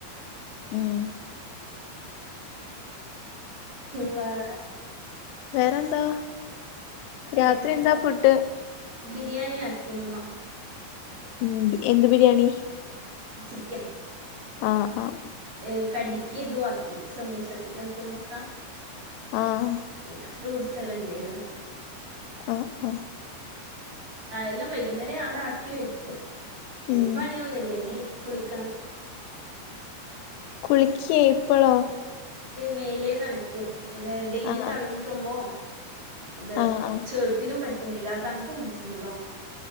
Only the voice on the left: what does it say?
ഉം
വേറെന്താ
രാത്രി എന്താ ഫുഡ്
ഉം എന്ത് ബിരിയാണി
ആഹ് ആഹ്
ആഹ്
ആഹ് ആഹ്
ഉം
കുളിക്കിയേ ഇപ്പോളോ
ആഹ്
ആഹ് ആഹ്